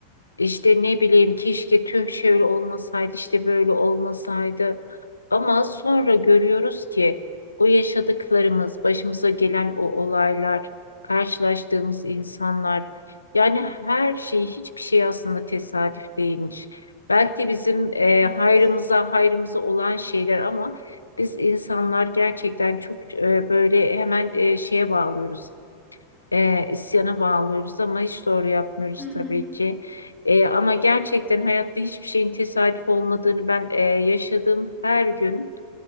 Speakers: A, on the left; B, on the right.
A: İşte ne bileyim keşke tüh şöyle olmasaydı işte böyle olmasaydı. Ama sonra görüyoruz ki o yaşadıklarımız, başımıza gelen o olaylar, karşılaştığımız insanlar yani her şey hiçbir şey aslında tesadüf değilmiş. Belki bizim e,
B: Evet.
A: hayrımıza hayrımıza olan şeyler ama biz insanlar gerçekten çok e, böyle hemen e, şeye bağlıyoruz e, isyana bağlıyoruz ama hiç doğru yapmıyoruz
B: Hı hı.
A: tabii ki. E, ama gerçekten hayatta hiçbir şeyin tesadüf olmadığını ben e, yaşadığım her gün